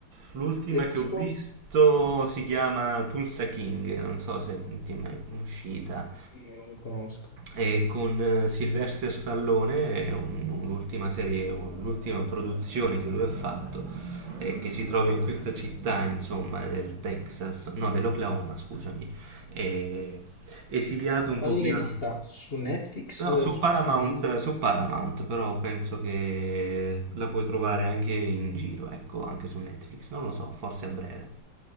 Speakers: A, on the right (about 70°); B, on the left (about 30°).
A: l'ultima
B: Del
A: che
B: tipo?
A: ho visto si chiama Tulsa King, non so se ti è mai uscita.
B: Io non conosco.
A: e con eh, Sylvester Stallone, è un- un- l'ultima serie, un- l'ultima produzione che lui ha fatto, eh, che si trova in questa città, insomma, del Texas, no, dell'Oklahoma, scusami, eh, esiliato un
B: Ma
A: pochino.
B: dove l'hai vista? Su Netflix?
A: No, su
B: Su
A: Paramount,
B: Prime Video?
A: su Paramount, però penso che la puoi trovare anche in giro, ecco, anche su Netflix, non lo so, forse a breve.